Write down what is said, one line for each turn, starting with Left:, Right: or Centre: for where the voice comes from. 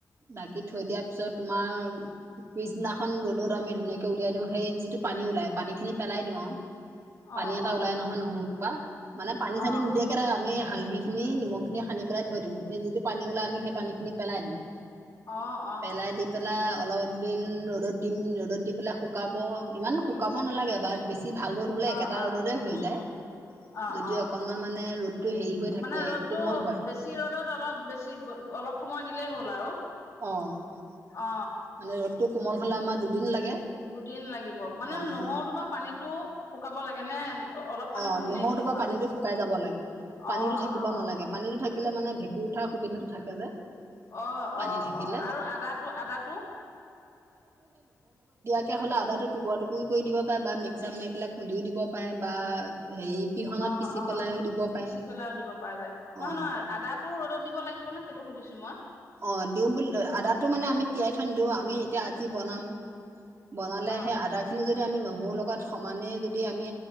Right: ঢাকি থৈ দিয়াৰ পিছত তোমাৰ পিছদিনাখন ৰ'দত আমি ধুনীয়াকে উলিয়াই দিওঁ সেই যিটো পানী ওলাই পানীখিনি পেলাই দিওঁ আৱ
Left: অ
Right: পানী এটা
Left: অ
Right: ওলাই নহয় নহৰু পা মানে পানী
Left: অ
Right: চানী নিদিয়াকে আমি হালধিখিনি নিমখ খিনি সানি পেলাই থৈ দিওঁ সেই যিটো পানী ওলাই আমি সেই পানীখিনি পেলাই দিম
Left: অ অ
Right: পেলাই দি পেলাই অলপ দিন ৰ'দত দিম ৰ'দত দি পেলাই শুকাব ইমানু শুকাব নালাগে এবাৰত বেছি অ ভাল ৰ'দ হ'লে
Left: অ
Right: একেটা
Left: অ
Right: ৰ'দতে হৈ
Left: উম
Right: যায়
Left: উম অ
Right: যদি
Left: অ
Right: অকণমান মানে ৰ'দটো হেৰি হৈ থাকে
Left: মানে ৰ'দটো
Right: কোমল হয়
Left: বেছি ৰ'দত অলপ বেছি অলপ সময় দিলেই হ'ল আৰু
Right: অ মানে
Left: অ
Right: ৰ'দ কোমল হলে আমাৰ দুদিন লাগে
Left: দুদিন লাগিব মানে
Right: অ'
Left: নহৰুটো বা পানীটো শুকাব লাগে নে অলপ পানী
Right: অ
Left: থাকিলে
Right: নহৰুটোৰ
Left: একো নহয়
Right: পৰা পানীটো শুকাই যাব লাগে পানীতো
Left: অ
Right: থাকিব
Left: অ
Right: নেলাগে পানীটো থাকিলে মানে ভেকু কুৰ উঠা সুবিধাটো থাকে যে
Left: অ
Right: পানী
Left: অ
Right: থাকিলে
Left: অ আৰু আদাটো আদাটো
Right: একৈ হ'লে আদাটো টুকুৰা টুকৰি কৰি দিব পাৰে বা মিকছাৰ সোমিয়াই পেলাই খুন্দিও দিব পাৰে বা হেৰি পিহনাত
Left: অ
Right: পিচি
Left: অ
Right: পেলাইও দিব পাৰে
Left: পিচি পেলাইও দিব পৰা যায় নহয়
Right: অ
Left: নহয় আদাটোও ৰ'দত দিব লাগিব নে সেইটো সুধিছো মই
Right: অ দিওঁ বুলি আদাটো মানে আমি তিয়াই থৈ নিদিওঁ আমি এতিয়া আজি বনাম বনালে
Left: অ',
Right: সেই আদা খিনি যদি যদি আমি নহৰু লগত সমানেই যদি আমি